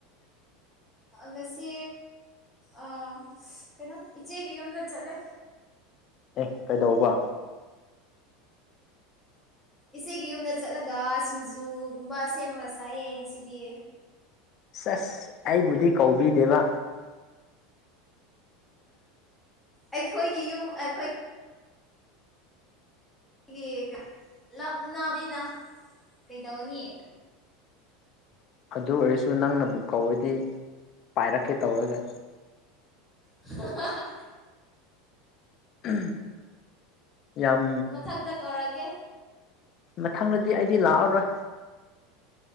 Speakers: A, in the centre; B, on the left.
A: ꯉꯁꯤ ꯑ ꯀꯩꯅꯣ ꯏꯆꯦꯒꯤ ꯌꯨꯝꯗ ꯆꯠꯂꯦ
B: ꯑꯦ ꯀꯩꯗꯧꯕ
A: ꯏꯆꯦꯒꯤ ꯌꯨꯝꯗ ꯆꯠꯂꯒ ꯁꯤꯡꯖꯨꯒꯨꯝꯕ ꯁꯦꯝꯃꯒ ꯆꯥꯏꯑ ꯉꯁꯤꯗꯤ
B: ꯆꯁ ꯑꯩꯕꯨꯗꯤ ꯀꯧꯕꯤꯗꯦꯕ
A: ꯑꯩꯈꯣꯏꯒꯤ ꯌꯨꯝ ꯑꯩꯈꯣꯏ ꯑꯩꯒꯤꯞꯅ ꯀꯩ ꯇꯧꯅꯤ
B: ꯑꯗꯨ ꯑꯣꯏꯔꯁꯨ ꯅꯪꯅꯕꯨꯛ ꯀꯧꯔꯗꯤ ꯄꯥꯏꯔꯛꯀꯦ ꯇꯧꯔꯒ
A: ꯑꯍꯥꯍꯥ
B: ꯍꯨ ꯌꯥꯝ
A: ꯃꯊꯪꯗ ꯀꯧꯔꯛꯀꯦ
B: ꯃꯊꯪꯗꯗꯤ ꯑꯩꯗꯤ ꯂꯥꯛꯑꯔꯣꯏ